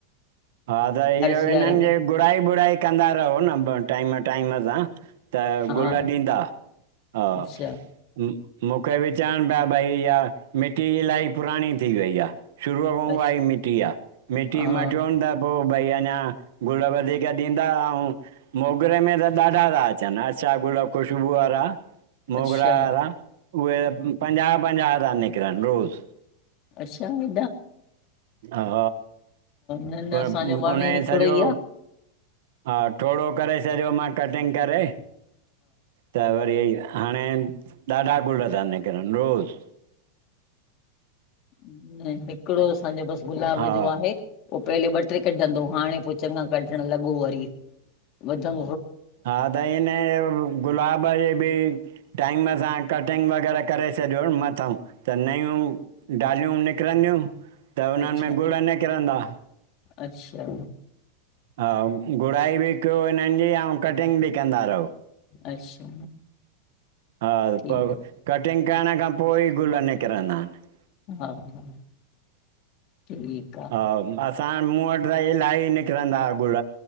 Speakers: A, on the right (about 70°); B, on the left (about 40°).
A: हा त हिअ
B: सियारे
A: हिननि
B: में
A: खे गुड़ाई-बुड़ाई कंदा रहो न ब टाईम, टाईम सां त
B: हा
A: गुल ॾींदा हा
B: अच्छा
A: हू मूंखे बी चवनि पिया भई इहा मिटी इलाही पुराणी थी वई आहे शुरूअ खों
B: अच्छा
A: उहा ई मिटी आ, मिटी
B: हा
A: मटयोनि त पो भई अञा गुल वधीक ॾींदा अंउं मोगरे में त ॾाढा था अचनि अछा गुल ख़ुशबू वारा मोगरा
B: अच्छा
A: वारा उहे पंजाह पंजाहु था निकरण रोज़
B: अचछा हेॾा
A: हा
B: न न
A: पोइ
B: असांजो वण
A: उनजे
B: हिकिड़ो
A: सॼो
B: ई आहे
A: हा ठोड़ो करे छॾियो मा कटिंग करे, त वरी हेइआ हाणे ॾाढा गुल था निकिरनि रोज़
B: न हिकिड़ो असांजो बस गुलाब
A: हा
B: जो आहे ओ पहले ॿ, ट्रे कढंदो हाणे पो चङा कढणु लॻो वरी, वधं
A: हा त हिन गुलाब जे बि टाईम तां कटिंग वग़ैरह करे छॾियो न मथओं त नयूं डालियूं निकिरंदियूं त हुननि
B: अच्छा
A: में गुल निकिरंदा
B: अच्छा
A: हा घुड़ाई बि कयो हिननि जी ऐं कटिंग बि कंदा रहो
B: अच्छा
A: हा
B: ठीकु
A: पो कटिंग करण खां पोइ गुल निकिरंदा आहिनि
B: हा हा ठीकु आहे
A: हा असां मूं वटि त इलाही निकिरंदा गुल